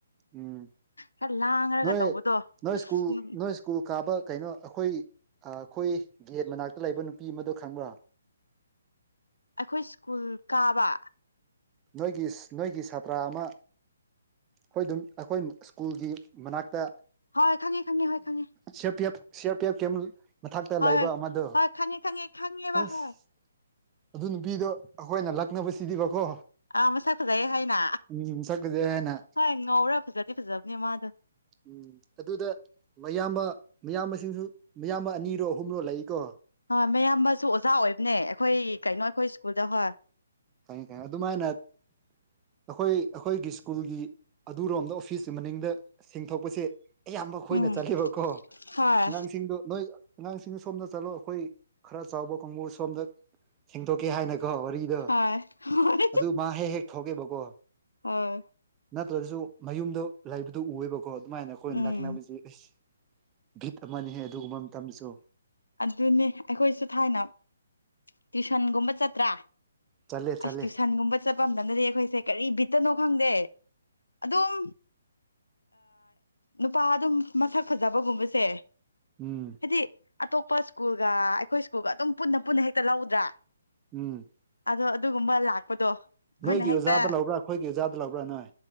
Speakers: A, on the right (about 20°); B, on the left (about 75°).
A: ꯎꯝ
B: ꯈꯔ ꯂꯥꯡꯉꯒ
A: ꯅꯣꯏ
B: ꯇꯧꯕꯗꯣ
A: ꯅꯣꯏ
B: ꯑꯁ
A: ꯏꯁꯀꯨꯜ ꯅꯣꯏ ꯁ꯭ꯀꯨꯜ ꯀꯥꯕ ꯀꯩꯅꯣ ꯑꯩꯈꯣꯏ ꯑꯩꯈꯣꯏ ꯒꯦꯠ ꯃꯅꯥꯛꯇ ꯂꯩꯕ ꯅꯨꯄꯤ ꯑꯃꯗꯣ ꯈꯪꯕ꯭ꯔꯥ
B: ꯑꯩꯈꯣꯏ ꯁ꯭ꯀꯨꯜ ꯀꯥꯕ
A: ꯅꯣꯏꯒꯤ ꯅꯣꯏꯒꯤ ꯁꯥꯇ꯭ꯔ ꯑꯃ ꯍꯣꯏ ꯑꯗꯨꯝ ꯑꯩꯈꯣꯏ ꯁ꯭ꯀꯨꯜꯒꯤ ꯃꯅꯥꯛꯇ
B: ꯍꯣꯏ ꯈꯪꯉꯦ ꯈꯪꯉꯦ ꯍꯣꯏ ꯈꯪꯉꯦ
A: C R P F C R P F camp ꯃꯊꯛꯇ
B: ꯍꯣꯏ
A: ꯂꯩꯕ
B: ꯍꯣꯏ
A: ꯑꯃꯗꯣ
B: ꯍꯣꯏ ꯈꯪꯉꯦ ꯈꯪꯉꯦ ꯈꯪꯂꯦꯕ
A: ꯑꯁ
B: ꯍꯣꯏ
A: ꯑꯗꯨ ꯅꯨꯄꯤꯗꯣ ꯑꯩꯈꯣꯏꯅ ꯂꯛꯅꯕꯁꯤꯗꯤꯕꯀꯣ
B: ꯑꯥ ꯃꯁꯛ ꯐꯖꯩꯌꯦ ꯍꯥꯏꯅ
A: ꯎꯝ ꯁꯛ ꯐꯖꯩ ꯍꯥꯏꯅ
B: ꯍꯣꯏ ꯉꯧꯔ ꯐꯖꯗꯤ ꯐꯖꯕꯅꯦ ꯃꯥꯗꯣ
A: ꯎꯝ ꯑꯗꯨꯗ ꯃꯌꯥꯝꯕ ꯃꯌꯥꯝꯕꯁꯤꯡꯁꯨ ꯃꯌꯥꯝꯕ ꯑꯅꯤꯔꯣ ꯑꯍꯨꯝꯔꯣ ꯂꯩꯀꯣ
B: ꯍꯣꯏ ꯃꯌꯥꯝꯕꯁꯨ ꯑꯣꯖꯥ ꯑꯣꯏꯕꯅꯦ ꯑꯩꯈꯣꯏ ꯀꯩꯅꯣ ꯑꯩꯈꯣꯏ ꯁ꯭ꯀꯨꯜꯗ ꯍꯣꯏ
A: ꯈꯅꯤ ꯀꯅꯤ ꯑꯗꯨꯃꯥꯏꯅ ꯑꯩꯈꯣꯏ ꯑꯩꯈꯣꯏꯒꯤ ꯁ꯭ꯀꯨꯜꯒꯤ ꯑꯗꯨꯔꯣꯝꯗ ꯑꯣꯐꯤꯁꯀꯤ ꯃꯅꯤꯡꯗ ꯁꯦꯡꯊꯣꯛꯄꯁꯦ ꯑꯌꯥꯝꯕ ꯑꯩꯣꯏꯅ
B: ꯎꯝ
A: ꯆꯠꯂꯦꯕꯀꯣ
B: ꯍꯣꯏ
A: ꯑꯉꯥꯡꯁꯤꯡꯗꯣ ꯅꯣꯏ ꯑꯉꯥꯡꯁꯤꯡꯅ ꯁꯣꯝꯗ ꯆꯠꯂꯣ ꯑꯩꯈꯣꯏ ꯈꯔ ꯆꯥꯎꯕ ꯀꯥꯡꯕꯨ ꯁꯣꯝꯗ ꯁꯦꯡꯗꯣꯛꯀꯦ ꯍꯥꯏꯅꯀꯣ ꯋꯥꯔꯤ ꯗ
B: ꯍꯣꯏ ꯍꯣꯏ
A: ꯑꯗꯨ ꯃꯥ ꯍꯦꯛ ꯍꯦꯛ ꯊꯣꯛꯒꯦꯕꯀꯣ
B: ꯍꯣꯏ
A: ꯅꯠꯇ꯭ꯔꯁꯨ ꯃꯌꯨꯝꯗ ꯂꯩꯕꯗꯨ ꯎꯑꯕꯀꯣ ꯑꯗꯨꯃꯥꯏꯅ ꯑꯩꯈꯣꯏꯅ
B: ꯎꯝ
A: ꯅꯛꯅꯕꯁꯦ ꯑꯁ ꯒꯤꯕꯤꯠ ꯑꯃꯅꯤꯍꯦ ꯑꯗꯨꯒꯨꯝꯕ ꯃꯇꯝꯁꯨ
B: ꯑꯗꯨꯅꯤ ꯑꯩꯈꯣꯏꯁꯨ ꯊꯥꯏꯅ ꯇ꯭ꯨꯁꯟꯒꯨꯝꯕ ꯆꯠꯇ꯭ꯔꯥ
A: ꯆꯠꯂꯦ ꯆꯠꯂꯦ
B: ꯑꯁ ꯇ꯭ꯨꯁꯟꯒꯨꯝꯕ ꯆꯠꯄ ꯑꯝ ꯅꯅꯗꯤ ꯑꯩꯈꯣꯏꯁꯦ ꯀꯔꯤ ꯕꯤꯠꯇꯅꯣ ꯈꯪꯗꯦ ꯑꯗꯨꯝ ꯅꯨꯄꯥ ꯑꯗꯨꯝ ꯃꯁꯛ ꯐꯖꯕꯒꯨꯝꯕꯁꯦ
A: ꯎꯝ
B: ꯍꯥꯏꯗꯤ ꯑꯇꯣꯞꯄ ꯁ꯭ꯀꯨꯜꯒ ꯑꯩꯈꯣꯏ ꯁ꯭ꯀꯨꯜꯒ ꯑꯗꯨꯝ ꯄꯨꯟꯅ ꯄꯨꯟꯅ ꯍꯦꯛꯇ ꯂꯧꯗ꯭ꯔꯥ
A: ꯎꯝ
B: ꯑꯗꯣ ꯑꯗꯨꯒꯨꯝꯕ ꯂꯥꯛꯄꯗꯣ ꯑꯩꯈꯣꯏꯅ
A: ꯅꯣꯏꯒꯤ
B: ꯍꯦꯛꯇ
A: ꯑꯣꯖꯥꯗ ꯂꯧꯕ꯭ꯔꯥ ꯑꯩꯈꯣꯏꯒꯤ ꯑꯣꯖꯥꯗ ꯂꯧꯕ꯭ꯔꯥ ꯅꯣꯏ